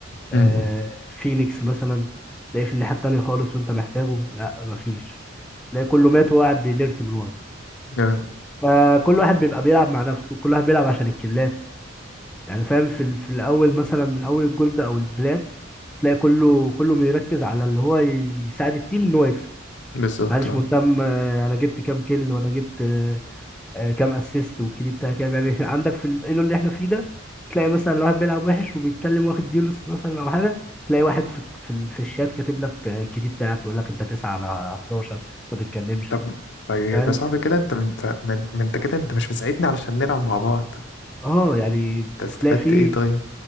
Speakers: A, on the left; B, in the centre.
A: امم
B: آه فينيكس مثلا تلاقيه في الناحيه التانيه خالص وانت محتاجه لا مفيش تلاقي كله مات وهو قاعد بيليرت من ورا
A: آه،
B: فكل واحد بيبقى بيلعب مع نفسه كل واحد بيلعب عشان الكلات يعني فاهم في ال- في الاول مثلا من اول الجولد او البلات تلاقي كله كله بيركز على اللي هو يساعد التيم ان هو يكسب
A: بالظبط
B: محدش
A: آه.
B: مهتم آه، انا جبت كام كيل وانا جبت آه، آه، كام اسيست والكيدي بتاعه كام يعني <laughs> عندك في الايلو اللي احنا فيه ده تلاقي مثلا لو واحد بيلعب وحش وبيتكلم واخد ديولست مثلا او حاجه تلاقي واحد في في, ال- في الشات كاتب لك آه، الكيدي بتاعك يقول لك انت 9 على 11 ما تتكلمش
A: طب طيب
B: فاهم
A: يا صاحبي كده انت انت من- ما انت كده انت مش مساعدني علشان نلعب مع بعض
B: اه يعني بتلاقي
A: انت استفدت
B: في
A: ايه طيب